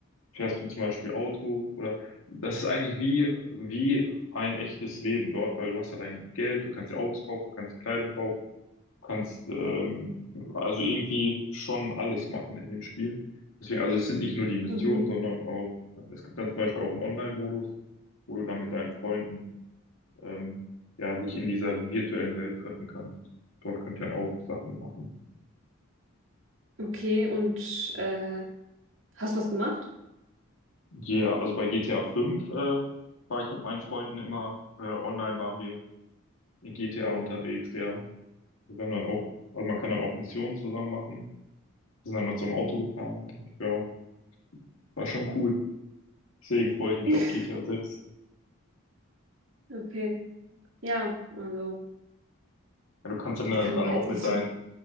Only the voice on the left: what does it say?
fährst du zum Beispiel Auto oder das ist eigentlich wie, wie ein echtes Leben dort, weil du hast ja dein Geld, du kannst dir Autos kaufen, du kannst dir Kleidung kaufen. kannst ähm, also irgendwie schon alles machen in dem Spiel. Deswegen, also es sind nicht nur die Missionen,
sondern auch, es gibt dann zum Beispiel auch einen Online-Modus, wo du dann mit deinen Freunden ähm, ja dich in dieser virtuellen Welt treffen kannst. Dort könnt ihr dann auch Sachen machen.
Ja, also bei GTA 5 äh, war ich mit meinen Freunden immer äh, online, waren wir in GTA unterwegs, ja. Wir haben dann auch, also man kann dann auch Missionen zusammen machen. Wir sind dann mal zum Auto gefahren. Und, ja, war schon cool. Deswegen freue ich mich
auf GTA 6.
Ja, du kannst dann,
äh,
dann
auch
mit
deinen,